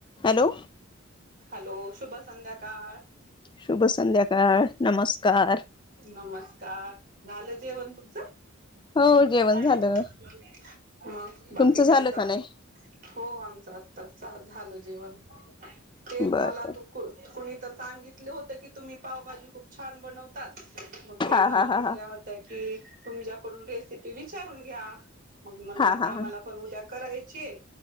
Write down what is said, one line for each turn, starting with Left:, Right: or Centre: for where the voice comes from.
Left: Hello.
Right: Hello शुभ संध्याकाळ.
Left: शुभ संध्याकाळ. नमस्कार
Right: नमस्कार. झालं जेवण तुमचं?
Left: हो जेवण
Right: <inaudible>
Left: झालं
Right: मग बाकी
Left: तुमचं
Right: काय
Left: झालं
Right: चाललंय?
Left: का नाही
Right: हो, आमचं आत्ताच चा- झालं जेवण. तेच
Left: बर
Right: मला,
Left: बर
Right: तू कुणी तर सांगितलं होतं की तुम्ही पावभाजी खूप छान बनवतात. मग ते
Left: हा
Right: मला
Left: हा
Right: म्हणल्या
Left: हा हा
Right: होत्या, की तुमच्याकडून रेसिपी विचारून घ्या. मग म्हनलं,
Left: हा
Right: आता
Left: हा
Right: आम्हाला पण उद्या करायची हाय